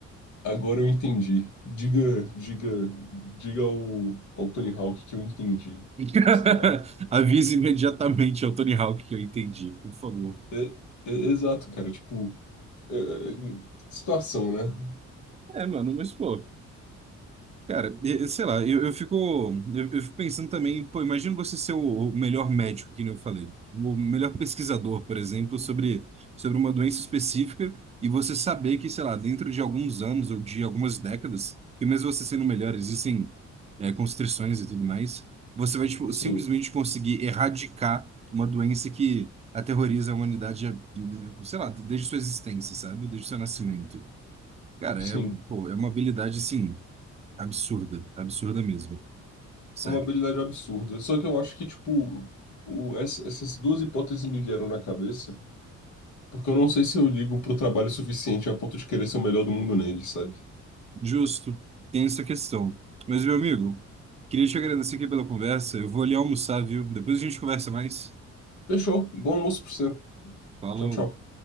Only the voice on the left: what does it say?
agora eu entendi. Diga, diga, diga ao, ao Tony Hawk que eu entendi.
Sei lá.
É- é- exato, cara, tipo, é- é- situação, né?
Sim.
Sim,
é uma habilidade absurda. Só que eu acho que, tipo, o, essa- essas duas hipóteses me vieram na cabeça, porque eu não sei se eu ligo pro trabalho suficiente a ponto de querer ser o melhor do mundo nele, sabe?
Fechou. Bom almoço pra você.
Tchau, tchau.